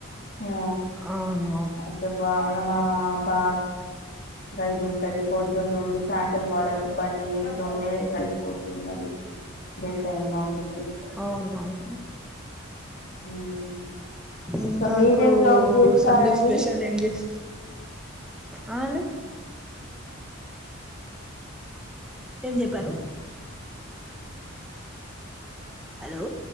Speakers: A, on the left (about 40°); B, in the centre.
A: ఊ
B: అవునా?
A: అయితే బాగా బాగ్ రద్దుంటది పొద్దున్నుండి సాయంత్రం వరకు పనీ లోనే కలిగిపోతుందండి. దే టైమౌతుంది.
B: అవునవును.
A: ఉమ్
B: ఇంకా
A: మీరేం
B: ఇప్పుడూ
A: జాబ్ చేస్తారండి
B: సండే స్పెషల్ ఏం జేస్త్.. ఆ అండి? ఏం జెప్పారు? హలో!